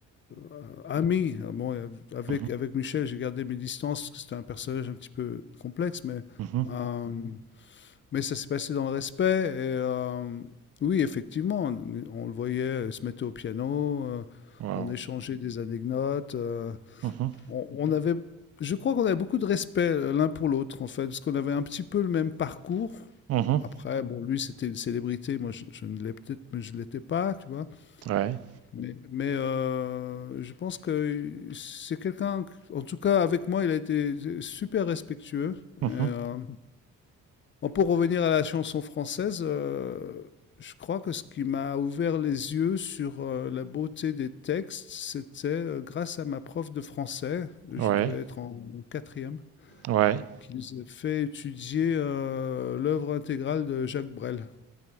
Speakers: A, on the left (about 40°); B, on the right (about 55°).
A: euh, ami. Ah Bon, euh, avec,
B: Mhm.
A: avec Michel, j'ai gardé mes distances parce que c'était un personnage un petit peu complexe, mais,
B: Mhm.
A: euh, mais ça s'est passé dans le respect. Et euh, oui, effectivement, on, on le voyait se mettre au piano, euh,
B: Waouh.
A: on échangeait des anecdotes. euh,
B: Mhm.
A: on, on avait, je crois qu'on avait beaucoup de respect euh, l'un pour l'autre, en fait, parce qu'on avait un petit peu le même parcours.
B: Mhm
A: Après, bon, lui, c'était une célébrité, moi, je, je ne l'ai peut-être, mais je ne l'étais pas, tu vois.
B: Ouais.
A: Mais, mais euh, je pense que c'est quelqu'un, en tout cas, avec moi, il a été super respectueux.
B: mhm
A: Et, euh, Bon, pour revenir à la chanson française, euh, je crois que ce qui m'a ouvert les yeux sur euh, la beauté des textes, c'était euh, grâce à ma prof de français, je
B: Ouais,
A: devais être en, en quatrième,
B: ouais.
A: qui nous a fait étudier euh, l'œuvre intégrale de Jacques Brel.